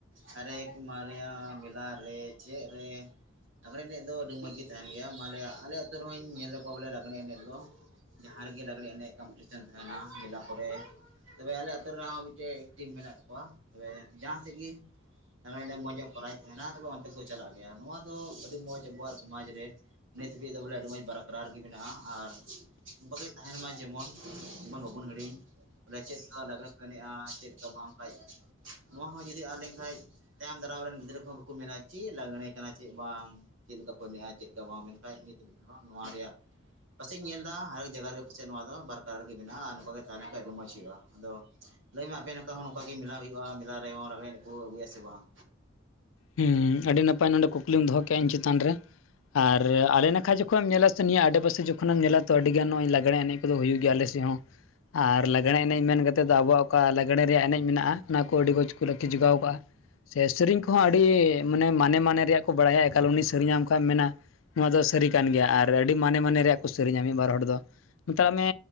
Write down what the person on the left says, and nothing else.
ᱦᱩᱸ, ᱟᱹᱰᱤ ᱱᱟᱯᱟᱭ ᱱᱚᱸᱰᱮ ᱠᱩᱠᱞᱤᱢ ᱫᱚ-ᱦᱚ ᱠᱮᱜᱼᱟ᱾ ᱤᱧ ᱪᱮᱛᱟᱱ ᱨᱮ ᱟᱨ ᱟᱞᱮ ᱱᱟᱠᱷᱟ ᱡᱚᱠᱷᱽᱚᱱ ᱮᱢ ᱧᱮᱞᱟ᱾ ᱥᱮ ᱱᱤᱭᱟ ᱟᱰᱮ ᱯᱟᱥᱮ ᱡᱳᱠᱷᱳᱱ ᱮᱢ ᱧᱮᱞᱟ᱾ ᱛᱳ ᱟᱰᱤ ᱜᱟᱱ ᱱᱚᱜᱚᱭ ᱞᱟᱸᱽᱜᱲᱮ ᱮᱱᱮᱡ ᱠᱚᱫᱚ ᱦᱩᱭᱩᱜ ᱜᱮᱭᱟ ᱟᱞᱮᱥᱮᱫ ᱦᱚᱸ ᱟᱨ ᱞᱟᱜᱽᱬᱮᱸ ᱮᱱᱮᱡ ᱢᱮᱱ ᱠᱟᱛᱮᱫ ᱫᱚ, ᱟᱵᱚᱣᱟ-ᱜ ᱚᱠᱟ ᱞᱟᱜᱽᱬᱮᱸ ᱨᱮᱭᱟᱜ ᱮᱱᱮᱡ ᱢᱮᱱᱟᱜᱼᱟ᱾ ᱚᱱᱟ ᱠᱚ ᱟᱹᱰᱤ ᱢᱚᱸᱡᱷᱽ ᱠᱚ ᱨᱟᱹᱠᱷᱤ ᱡᱚᱜᱟᱣ ᱠᱟᱜᱼᱟ᱾ ᱥᱮᱨᱮᱧ ᱠᱚ᱾ ᱠᱚᱸᱦᱚᱸ ᱟᱹᱰᱤ ᱢᱟᱱᱮ - ᱢᱟᱱᱮ - ᱢᱟᱱᱮ ᱨᱮᱭᱟ-ᱜ ᱠᱚ ᱵᱟᱲᱟᱭᱟ᱾ ᱮᱠᱟᱞ ᱩᱱᱤ ᱥᱮᱨᱤᱧ ᱟᱢ ᱠᱷᱟᱱᱮᱢ ᱢᱮᱱᱟ᱾ ᱱᱚᱣᱟ ᱫᱚ ᱥᱟᱹᱨᱤ ᱠᱟᱱ ᱜᱮᱭᱟ᱾ ᱟᱨ ᱟᱹᱰᱤ ᱢᱟᱱᱮ - ᱢᱟᱱᱮ ᱨᱮᱭᱟ-ᱜ ᱠᱚ ᱥᱮᱨᱤᱧᱟ᱾ ᱢᱤᱫ ᱵᱟᱨ ᱦᱚᱲ ᱫᱚ ᱢᱮᱛᱟᱜ ᱢᱮ᱾